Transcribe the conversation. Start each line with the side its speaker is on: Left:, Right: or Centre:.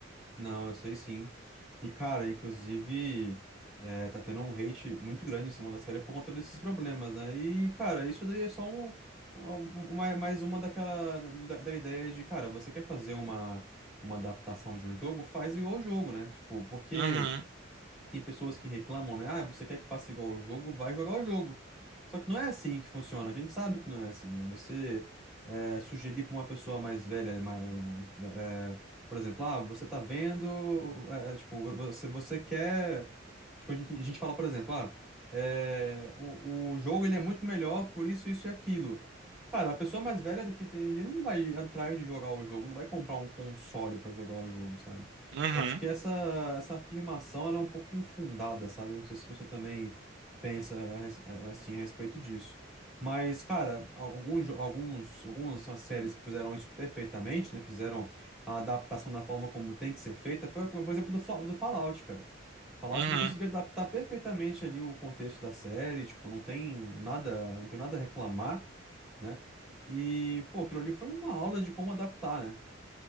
Centre: Não, eu sei sim. E, cara, inclusive, é, tá tendo um hate muito grande em cima da série por conta desses problemas, né? E, cara, isso daí é só um, um- um, uma, mais uma daquela, da, da ideia de, cara, você quer fazer uma, uma adaptação de um jogo? Faz igual o jogo, né? Tipo, porque.
Right: Uhum,
Centre: Tem pessoas que reclamam, né? Ah, você quer que faça igual o jogo? Vai jogar o jogo. Só que não é assim que funciona. A gente sabe que não é assim. É você é, sugerir para uma pessoa mais velha, mais, é, por exemplo, ah, você tá vendo, é, é, tipo, você, você quer. Tipo, a gente, a gente fala, por exemplo, ah, é, o, o jogo ele é muito melhor por isso, isso e aquilo. Cara, a pessoa mais velha daqui tem- ele não vai atrás de jogar o jogo, não vai comprar um console para jogar o jogo, sabe?
Right: uhum,
Centre: Eu acho que essa, essa afirmação ela é um pouco infundada, sabe? Não sei se você também pensa a res- eh, assim a respeito disso. Mas, cara, alguns, jo- alguns, algumas são as séries que fizeram isso perfeitamente, né? Fizeram a adaptação da forma como tem que ser feita. Foi, por exemplo, do, Fla- do Fallout, cara. Fallout
Right: uhum.
Centre: ele conseguiu adaptar perfeitamente ali o contexto da série, tipo, não tem nada, não tem nada a reclamar, né? E, pô, aquilo ali foi uma aula de como adaptar, né?